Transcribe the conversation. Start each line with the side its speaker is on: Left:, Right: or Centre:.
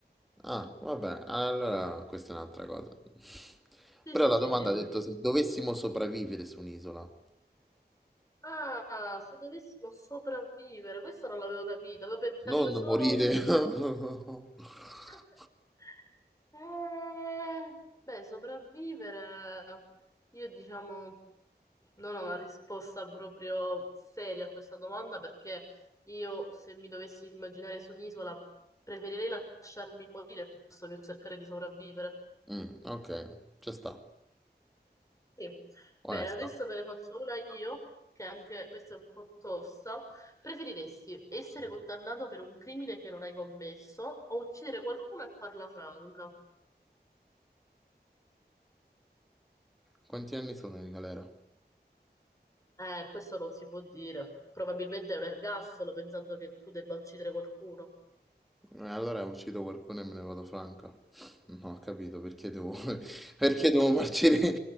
Centre: Ah, vabbè, allora questa è un'altra cosa. <laughs>
Left: Sì,
Centre: Però
Left: sì,
Centre: la
Left: sì,
Centre: domanda
Left: sì.
Centre: ha detto se dovessimo sopravvivere su un'isola,
Left: Ah, se dovessimo sopravvivere, questo non l'avevo capito, avevo capito
Centre: non
Left: solo...
Centre: morire. <laughs>
Left: <laughs> Eh, beh, sopravvivere, io diciamo non ho una risposta proprio seria a questa domanda perché io se mi dovessi immaginare su un'isola preferirei lasciarmi morire piuttosto che cercare di sopravvivere.
Centre: Mm, ok, ci sta.
Left: Sì.
Centre: Onesta.
Left: Bene, adesso te ne faccio una io, che anche questa è un po' tosta. Preferiresti essere condannato per un crimine che non hai commesso o uccidere qualcuno e farla franca?
Centre: Quanti anni sono in galera?
Left: Eh, questo non si può dire. Probabilmente è un ergastolo pensando che tu debba uccidere qualcuno.
Centre: Eh, Allora uccido qualcuno e me ne vado franca. No, ho capito perché devo, <laughs> perché devo marcire